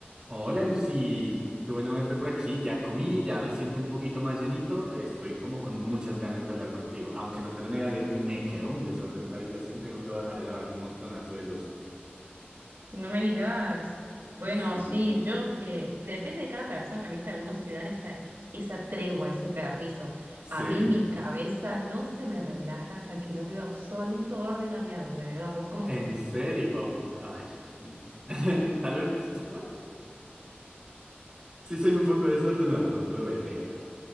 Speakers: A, on the right; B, on the right.
A: Hola Lucy, qué bueno verte por aquí. Ya comí, ya me siento un poquito más llenito. Estoy como con muchas ganas de hablar contigo. Aunque no te lo negaré, me quedó un desorden en la habitación. Tengo que bajar a lavar un montonazo de loza.
B: No me digas. Bueno,
A: Sí.
B: sí, yo, eh, depende de cada persona, ¿viste? Algunos se dan esa, esa tregua, ese permiso.
A: Sí.
B: A mí mi cabeza no se me relaja hasta que no veo absoluto orden a mi alrededor. ¿Vos cómo
A: ¿En
B: sos?
A: serio? Oh, a ver. <laughs> Tal vez. bueno, sí soy un poco desordenada, no te lo voy a negar.